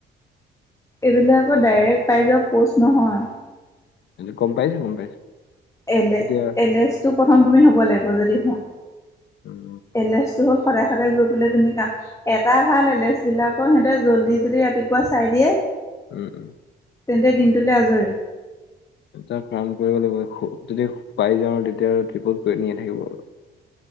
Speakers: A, on the left (about 15°); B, on the left (about 65°).
A: এইবিলাকৰ ডাইৰেক্ট পাই যাওঁ প'ষ্ট নহয়।
B: গম পাইছো গম পাইছো।
A: এলে
B: তেতিয়া
A: এলেচটো প্ৰথম তুমি হ'ব লাগিব যদি হোৱা।
B: উম
A: এলেচটো হ'ল সদায় সদায় গৈ পেলাই তুমি কা- এটা ভাল এলেচ বিলাকৰ সিহঁতে জল্দি যদি ৰাতিপুৱা চাই দিয়ে।
B: উম উম।
A: তেন্তে দিনটোলে আজৰি।
B: এটা কাম কৰিব লাগিব। যদি পাই যাওঁ তেতিয়া আৰু ট্ৰিপত গৈ নিয়ে থাকিব আৰু।